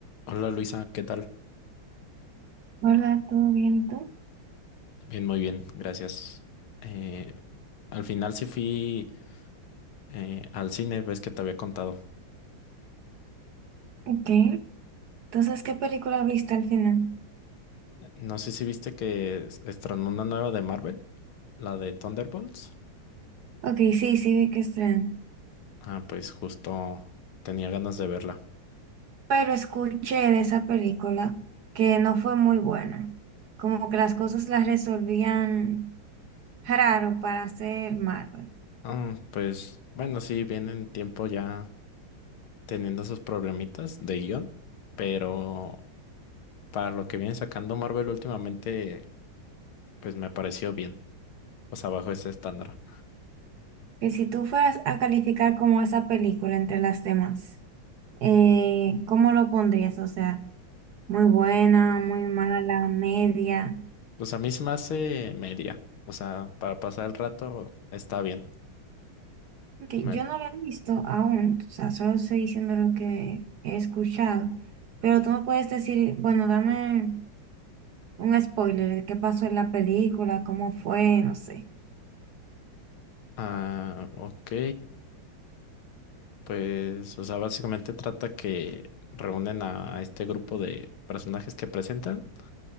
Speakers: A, on the left; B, on the right.
A: Hola Luisa, ¿qué tal?
B: Hola, ¿todo bien? ¿Y tú?
A: Bien, muy bien, gracias. Eh, al final sí fui eh, al cine, ves que te había contado.
B: Ok. Entonces, ¿qué película viste al final?
A: No sé si viste que es- estrenó una nueva de Marvel, la de Thunderbolts.
B: Ok, sí, sí vi que estrenan.
A: Ah, pues justo tenía ganas de verla.
B: Pero escuché de esa película que no fue muy buena. Como que las cosas las resolvían raro para hacer Marvel.
A: Ah, pues bueno, sí, vienen tiempo ya teniendo esos problemitas de guión, pero para lo que viene sacando Marvel últimamente, pues me pareció bien, pues abajo ese estándar.
B: Que si tú fueras a calificar como esa película entre las demás, eh, ¿cómo lo pondrías? O sea, muy buena, muy mala, media.
A: Pues a mí se me hace media. O sea, para pasar el rato está bien.
B: Porque
A: Me-
B: yo no lo he visto aún, o sea, solo estoy diciendo lo que he escuchado. Pero tú me puedes decir, bueno, dame un spoiler de qué pasó en la película, cómo fue, no sé.
A: Ah, ok. Pues, o sea, básicamente trata que reúnen a, a este grupo de personajes que presentan,